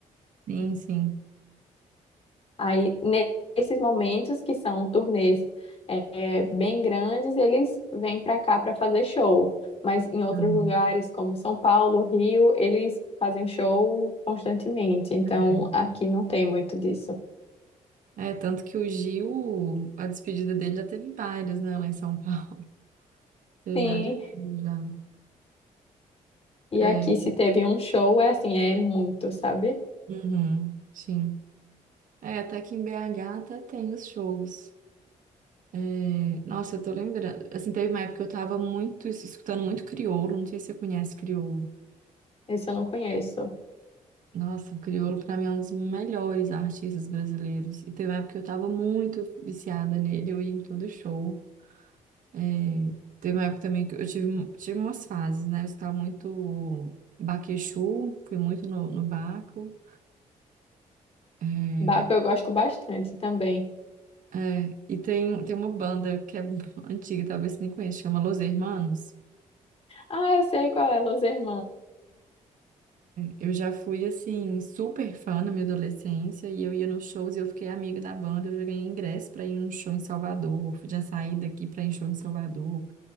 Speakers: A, on the right (about 65°); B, on the left (about 45°).
A: Sim, sim.
B: Aí, ne- nesses momentos que são turnês é, é, bem grandes, eles vêm para cá para fazer show, mas em outros
A: Uhum.
B: lugares, como São Paulo, Rio, eles fazem show constantemente, então
A: É.
B: aqui não tem muito disso.
A: É, tanto que o Gil, a despedida dele já teve várias, né, lá em São Paulo. <laughs> Teve
B: Sim.
A: várias já.
B: E
A: É,
B: aqui, se teve um show, é assim, é muito, sabe?
A: uhum, sim. É, até que em BH até tem os shows. É, nossa, eu tô lembrando. Assim, teve uma época que eu tava muito, escutando muito crioulo, não sei se você conhece crioulo.
B: Esse eu não conheço.
A: Nossa, o Criolo pra mim é um dos melhores artistas brasileiros. E teve uma época que eu tava muito viciada nele, eu ia em todo show. É, teve uma época também que eu tive, tive umas fases, né? Eu escutava muito Baquechu, fui muito no, no Baco. É,
B: Baco eu gosto bastante também.
A: é, e tem, tem uma banda que é <laughs> antiga, talvez você nem conheça, chama Los Hermanos.
B: Ah, eu sei qual é, Los Hermanos.
A: Eu já fui, assim, super fã na minha adolescência e eu ia nos shows e eu fiquei amiga da banda. Eu já ganhei ingresso para ir num show em Salvador, já saí daqui para ir em show em Salvador.